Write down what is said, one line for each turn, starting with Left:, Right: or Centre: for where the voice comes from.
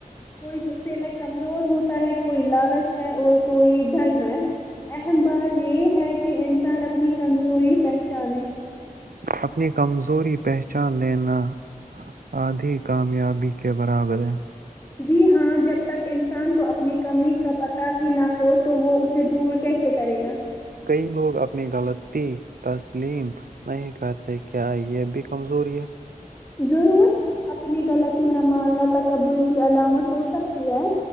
Left: کوئی غصے میں کمزور ہوتا ہے کوئی لالچ میں اور کوئی ڈر میں اہم بات یہ ہے کہ انسان اپنی کمزوری پہچانے
Right: اپنی کمزوری پہچان لینا آدھی کامیابی کے برابر ہے
Left: جی ہاں جب تک انسان کو اپنی کمی کا پتہ ہی نہ ہو تو وہ اسے دور کیسے کرے گا
Right: کئی لوگ اپنی غلطی تسلیم نہیں کہتے کیا یہ اب بھی کمزوری ہے
Left: ضرور اپنی غلطی نہ ماننا تکبر کی علامت ہو سکتی ہے